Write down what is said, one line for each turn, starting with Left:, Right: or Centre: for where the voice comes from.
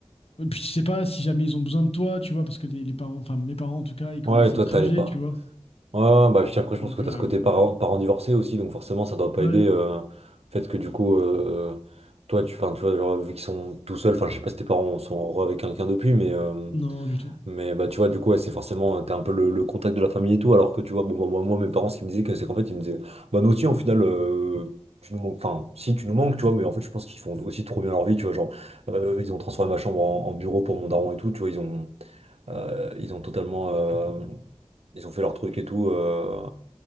Left: Et puis tu sais pas si jamais ils ont besoin de toi, tu vois, parce que les, les parents, enfin mes parents en tout cas, ils commencent
Right: Ouais, toi,
Left: à être
Right: t'allais
Left: âgés,
Right: pas.
Left: tu vois.
Right: Ouais, ouais, bah, puis après,
Left: Donc,
Right: je pense que t'as
Left: euh,
Right: ce côté parents, parents divorcés aussi. Donc, forcément, ça doit pas
Left: ouais,
Right: aider. euh, le fait que, du coup, euh, toi, tu, 'fin, tu vois, genre, vu qu'ils sont tout seuls, enfin, je sais pas si tes parents sont heureux avec quelqu'un depuis, mais. euh,
Left: non, du tout.
Right: Mais bah tu vois du coup ouais, c'est forcément euh, t'es un peu le, le contact de la famille et tout alors que tu vois bon bah, moi, moi, mes parents ce qu'ils me disaient que c'est qu'en fait ils me disaient bah nous aussi au final euh, tu nous manques enfin si tu nous manques tu vois mais en fait je pense qu'ils font aussi trop bien leur vie tu vois genre euh, ils ont transformé ma chambre en, en bureau pour mon daron et tout tu vois ils ont euh, ils ont totalement euh, ils ont fait leur truc et tout euh,